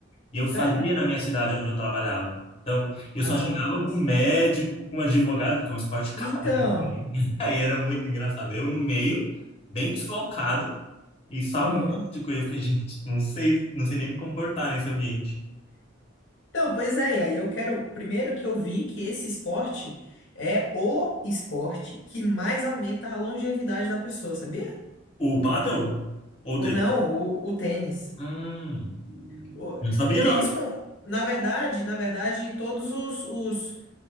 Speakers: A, on the left; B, on the left.
A: E eu fazia
B: Sério?
A: na minha cidade onde eu trabalhava. Então, eu
B: Ah,
A: só jogava
B: massa.
A: com médico, com advogado, porque é um esporte caro,
B: Então,
A: assim, também. <laughs> Aí era muito engraçado. Eu no meio, bem deslocado, e só
B: aham.
A: médico. E eu fiquei, gente, não sei, não sei nem me comportar nesse ambiente.
B: Então, pois é, e aí eu quero. Primeiro que eu vi que esse esporte é o esporte que mais aumenta a longevidade da pessoa, sabia?
A: O pádel ou
B: Ou
A: o tênis?
B: não, o, o tênis.
A: Hum,
B: O-
A: não sabia,
B: tênis
A: não.
B: com. Na verdade, na verdade, todos os, os